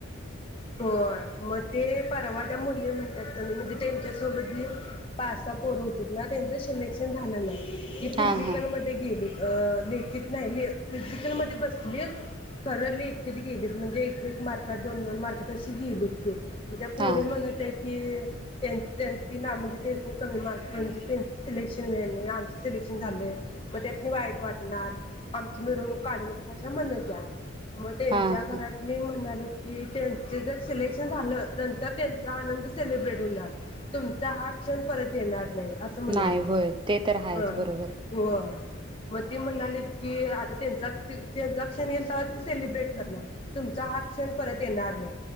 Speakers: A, on the left; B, on the right.
A: होय मत. ते परवात्या मुली म्हणत्यात का नाही, म्हणजे त्यांच्यासोबत जे पाचसा पोर होतीत, ना त्यांचं सिलेक्शन झालं नाही. ही
B: हा
A: फिजिकल
B: हा
A: मध्ये गेली. अ लेखित नाही मी फिजिकल मध्ये बसलीत, खरं लेखीत गेलीत म्हणजे एक मारकात दोन, दोन मारकात त तशी गेलीत ते. उद्या पोरी
B: हा
A: म्हणत्या कि त्यां त्यां तिना म्हणजे तेच मग कमी मार्क म्हणजे त्यांच सिलेक्शन नाही आमच सिलेक्शन झालंय मग त्यासनी वाईट वाटणार आमची मिरवणूक काढू नकोस अशा म्हणत होत्या म त्यांच्या
B: हा
A: घरात
B: हा
A: म्हणाले की त्यांच जर सिलेक्शन झाल नंतर त्यांचा आनंद सेलिब्रेट होणार तुमचा हा क्षण परत येणार नाही असं म्हणाली
B: नाही होय ते तर हायेच
A: ह
B: बरोबर आहे
A: होय मग ते म्हणालेत की आता त्यांचा त्यांचा क्षण येईल तवा ते सेलिब्रेट करणार तुमचा हा क्षण परत येणार नाही